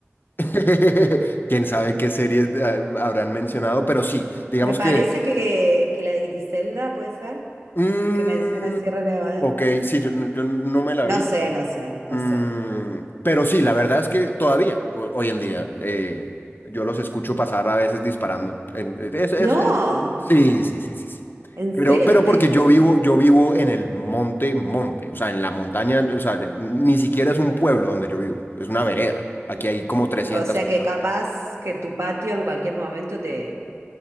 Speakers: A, on the left (about 45°); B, on the right (about 75°).
A: <laughs> Quién sabe qué series eh, habrán mencionado, pero sí, digamos
B: Me parece
A: que,
B: que, que la de Griselda puede ser,
A: mm,
B: que menciona Sierra Nevada.
A: ok, sí, yo, yo no me la vi,
B: No sé, no sé, no
A: Mm,
B: sé.
A: pero sí, la verdad es que todavía, ho- hoy en día, eh, yo los escucho pasar a veces disparando. En- eh, es- es-
B: No.
A: es- Sí, sí, sí, sí, sí.
B: ¿En
A: Pero,
B: serio
A: pero
B: me estás
A: porque
B: diciendo?
A: yo vivo, yo vivo en el monte, monte, o sea, en la montaña, o sea, ni siquiera es un pueblo donde yo vivo, es una vereda. Aquí hay como trescientas
B: O sea
A: personas.
B: que capaz que en tu patio en cualquier momento te,